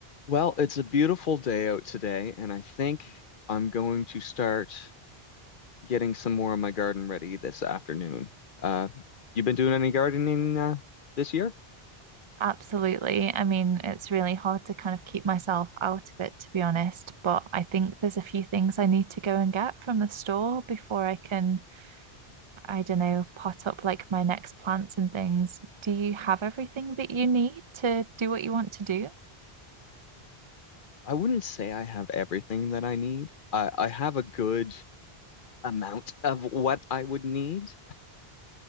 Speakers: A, on the left (about 60°); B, on the right (about 35°).
A: Well, it's a beautiful day out today, and I think I'm going to start getting some more of my garden ready this afternoon. Uh, you been doing any gardening uh, this year?
B: Absolutely. I mean, it's really hard to kind of keep myself out of it, to be honest, but I think there's a few things I need to go and get from the store before I can, I don't know, pot up like my next plants and things. Do you have everything that you need to do what you want to do?
A: I wouldn't say I have everything that I need. I, I have a good amount of what I would need. <laughs>